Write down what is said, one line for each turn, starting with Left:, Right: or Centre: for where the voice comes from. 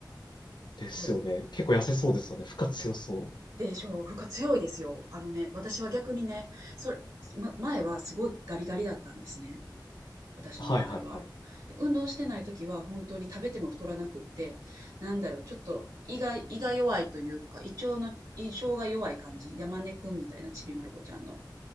Left: ですよね。
Right: そう。
Left: 結構痩せそうですよね。負荷強そう。
Right: で、しょ、負荷強いですよ。あのね、私は逆にね、それ、ま、前はすごいガリガリだったんですね。私の場合は。
Left: はいはいはい。
Right: で、運動してない時は本当に食べても太らなくって、なんだろう、ちょっと胃が胃が弱いというか、胃腸の胃腸が弱い感じ、山根くんみたいなちびまる子ちゃんの。